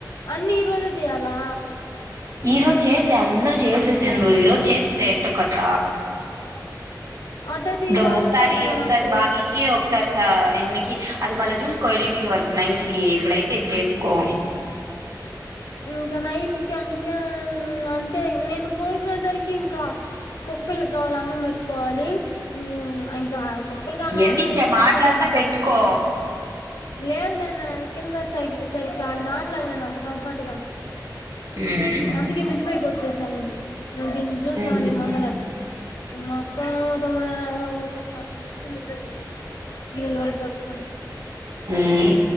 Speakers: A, on the left (about 85°); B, on the right (about 65°).
A: అన్ని ఈ రోజే చేయాలా
B: ఈ రోజ చేసే అందరుూ చేసేసిండ్రు ఈరోజు చేసేసయి ఎట్టోకట్ట
A: అటైతే
B: ఇదో
A: ఇది ఆగిపోద్ది
B: ఒకసారి
A: మే
B: ఒకసారి
A: నాకు
B: బాగికి ఒక సరి సా ఆఏమ్మికి అది మళ్ళా చూసుకో ఎడిటింగ్ వర్క్ నైట్ కి ఇప్పుడైతే ఇది చేసుకో
A: ఇంకా నైట్కిి అంటే అంతే నేను పడుకొనే సరికి ఇంకా కుక్కపిల్లకి కావాలి అన్నం పెట్టుకోవాలి ఉ ఇంకా కుక్కపిల్లకి అన్నం
B: ఇవన్నీ
A: అన్నా
B: ఇచ్చా
A: మా
B: మాట్లాడతా
A: అక్కన్న చూసుకుంటదిలే
B: పెట్టుకో
A: లేదులేమె కింద సైగ సరిగ్గా ఆడ మాట్లాడలేను అంత కంఫర్ట్గా
B: మ్మ్
A: అందుకే మిద్ది పైకి వచ్చేసా నేను నువు దీన్ని చూస్తా
B: మ్మ్
A: దీని మందలని మాఅక్కన మా తమ్ముడైనా ఎవరో ఒకరు చుస్తారులే అనిచెప్పి మీద్దె పైకి వచ్చేసా గిన్నెల వరకు కడుకొని
B: మ్మ్